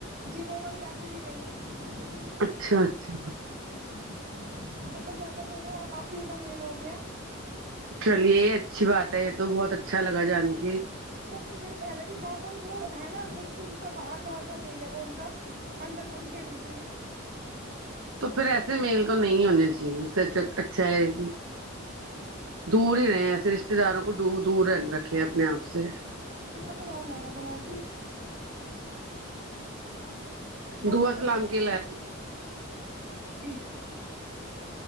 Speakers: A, on the right (about 40°); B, on the right (about 80°).
A: جی وہ والی آپی بھی نہیں ہے
B: اچھا اچھا
A: جی وہاں پر جا کر دونوں اپیوں کا میل ہو گیا
B: چلیے اچھی بات ہے یہ تو بہت اچھا
A: نہیں
B: لگا جانکے
A: وہ نہیں وہ تو میل پہلے بھی تھا پر وہ ہے نا گم سم کا باہر باہر کا میل ہے وہ انکا انندر کا میل نہیں ہے
B: تو پھر ایسے میل تو نہیں ہونے چاہیے اس سے اچ اچھا ہے کی دور ہی رہے ایسے رشتے داروں کو دو دور رکھیں اپنے آپ سے
A: کیا سنا میں ہے زیادہ
B: دعا
A: نہیں
B: سلام کےلئے
A: جی